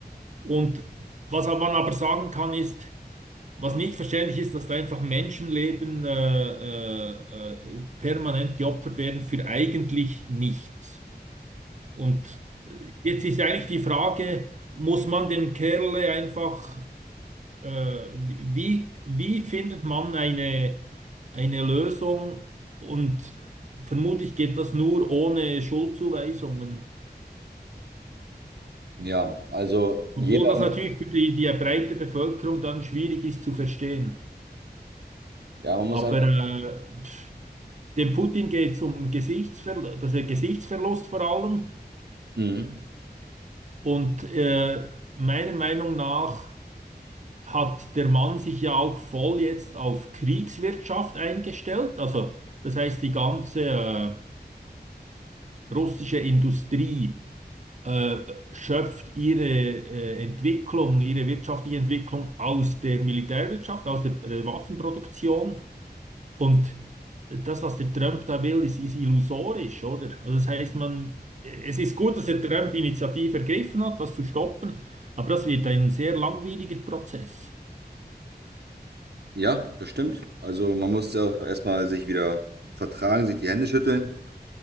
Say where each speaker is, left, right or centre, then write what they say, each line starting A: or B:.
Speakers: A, on the right; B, on the right.
A: Und was man aber sagen kann ist, was nicht verständlich ist, dass da einfach Menschenleben äh, äh, äh, permanent geopfert werden für eigentlich nichts. Und äh, jetzt ist eigentlich die Frage, muss man dem Kerl einfach, äh, wie, wie findet man eine, eine Lösung? Und vermutlich geht das nur ohne Schuldzuweisungen.
B: Ja, also jeder,
A: Obwohl das natürlich für die, die breite Bevölkerung dann schwierig ist zu verstehen.
B: ja, man muss
A: Aber
B: einfach,
A: äh, Dem Putin geht es um Gesichtsver das ist Gesichtsverlust vor allem.
B: mhm.
A: Und äh, meiner Meinung nach hat der Mann sich ja auch voll jetzt auf Kriegswirtschaft eingestellt. Also das heißt, die ganze äh, russische Industrie äh, schöpft ihre äh, Entwicklung, ihre wirtschaftliche Entwicklung aus der Militärwirtschaft, aus der, der Waffenproduktion. Und das, was der Trump da will, ist, ist illusorisch, oder? Also das heißt, man, es ist gut, dass der Trump die Initiative ergriffen hat, das zu stoppen, aber das wird ein sehr langwieriger Prozess.
B: Ja, das stimmt. Also man muss auch erstmal sich wieder vertragen, sich die Hände schütteln.